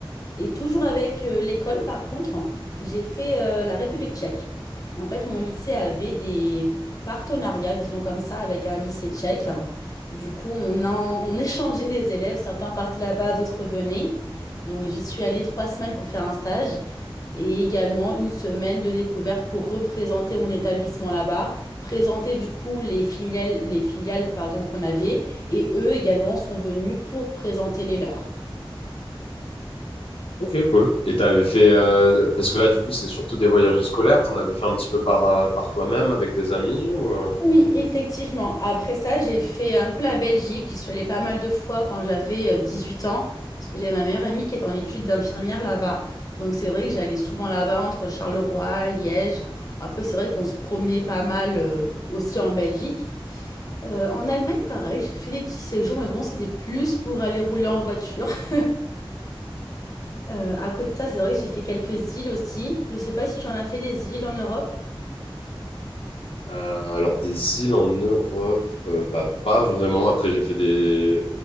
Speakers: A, on the left (about 40°); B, on the left (about 80°).
A: Et toujours avec euh, l'école, par contre, j'ai fait euh, la République tchèque. En fait, mon lycée avait des partenariats, disons comme ça, avec un lycée tchèque. Du coup, on, en- on échangeait des élèves. Certains partaient là-bas, d'autres venaient. Donc, j'y suis allée trois semaines pour faire un stage et également une semaine de découverte pour représenter mon établissement là-bas, présenter du coup les filiales, les filiales, pardon, qu'on avait. Et eux également sont venus pour présenter les leurs.
B: Ok, cool. Et t'avais fait, euh, parce que là, du coup, c'est surtout des voyages scolaires, t'en avais fait un petit peu par, euh, par toi-même avec des amis ou? euh
A: Oui, effectivement. Après ça, j'ai fait un peu la Belgique. J'y suis allée pas mal de fois quand j'avais euh, huit ans, parce que j'avais ma meilleure amie qui est en études d'infirmière là-bas. Donc c'est vrai que j'allais souvent là-bas entre Charleroi, Liège. Après, c'est vrai qu'on se promenait pas mal euh, aussi en Belgique. Euh, en Allemagne, pareil, j'ai fait des petits séjours, mais bon, c'était plus pour aller rouler en voiture. <laughs> Euh, à côté de ça, c'est vrai que j'ai fait quelques îles aussi. Je sais pas si tu en as fait des îles en Europe.
B: Euh, alors des îles en Europe, euh, bah, pas vraiment. Après j'ai fait des...